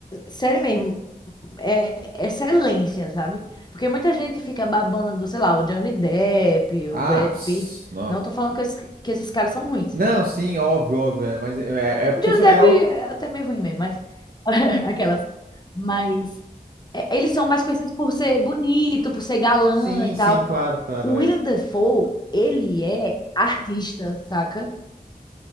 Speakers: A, on the left (about 25°); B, on the right (about 70°).
A: sério mesmo, é excelência, sabe? Porque muita gente fica babando, sei lá, o Johnny Depp,
B: Ah,
A: o Brad
B: pss,
A: Pitt.
B: não.
A: Não tô falando que, esses- que esses caras são ruins.
B: Não, sim, óbvio, óbvio. é, mas é, é é porque...
A: O Johnny
B: só-
A: Depp
B: É, o-
A: é até meio ruim mesmo, mas. <laughs> Aquelas. Mas. é, eles são mais conhecidos por ser bonito, por ser galã
B: sim,
A: e tal.
B: sim, claro, claro.
A: O Willem
B: é.
A: Dafoe, ele é artista, saca?